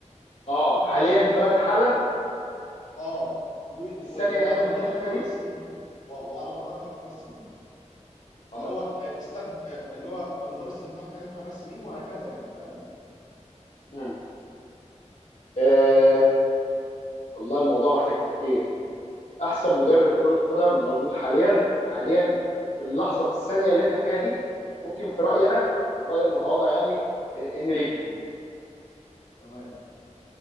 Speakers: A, on the left; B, on the left.
A: اه
B: <laughs> في نقاشنا
A: حاليا دلوقتي حالا
B: اه و...
A: في
B: و...
A: الثانيه
B: وعلى
A: اللي احنا بنتكلم
B: مدار اخر
A: فيها
B: خمس
A: دي
B: سنين اه وعلى مدار اخر خمس سنين اللي
A: اه
B: هو استم... اللي هو مقدار استمتاعك اخر خمس سنين وهكذا يعني فاهم؟
A: مم. آه والله الموضوع محتاج تفكير احسن
B: مم.
A: مدرب كره قدم موجود حاليا حاليا
B: مم.
A: في اللحظه في الثانيه اللي احنا فيها دي ممكن في رايي
B: مم.
A: انا رايي المتواضع يعني آه انريكي
B: مم. تمام